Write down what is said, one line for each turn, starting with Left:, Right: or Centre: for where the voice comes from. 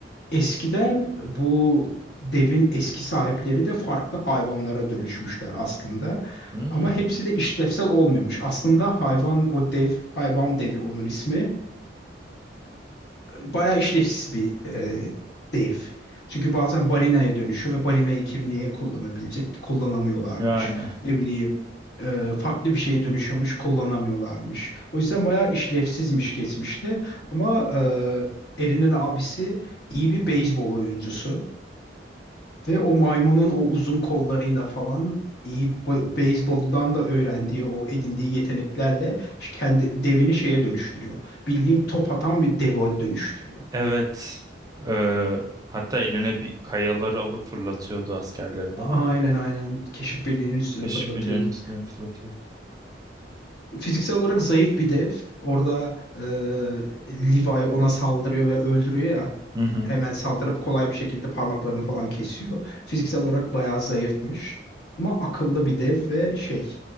Left: Eskiden bu devin eski sahipleri de farklı hayvanlara dönüşmüşler aslında.
Right: Hmm.
Left: Ama hepsi de işlevsel olmuyormuş. Aslında hayvan o dev, hayvan devi onun ismi bayağı işlevsiz bir e, dev. Çünkü bazen balinaya dönüşüyor ve balinayı kim niye kullanabilecek? Kullanamıyorlarmış.
Right: Yani
Left: Ne bileyim e, farklı bir şeye dönüşüyormuş, kullanamıyorlarmış. O yüzden bayağı işlevsizmiş geçmişte. Ama e, Erin'in abisi iyi bir beyzbol oyuncusu. Ve o maymunun o uzun kollarıyla falan iyi be- beyzboldan da öğrendiği o edindiği yeteneklerle kendi devini şeye dönüştürüyor. Bildiğin top atan bir deve dönüştürüyor.
Right: <laughs> evet. Ee, hatta eline bir kayaları alıp fırlatıyordu askerleri değil
Left: Aynen
Right: mi?
Left: aynen keşif birliğinin üstüne
Right: Keşifçilerin
Left: fırlatıyordu.
Right: üstüne fırlatıyordu.
Left: Fiziksel olarak zayıf bir dev. Orada e, Levi ona saldırıyor ve öldürüyor ya.
Right: Hı hı.
Left: Hemen saldırıp kolay bir şekilde parmaklarını falan kesiyor. Fiziksel olarak bayağı zayıfmış. Ama akıllı bir dev ve şey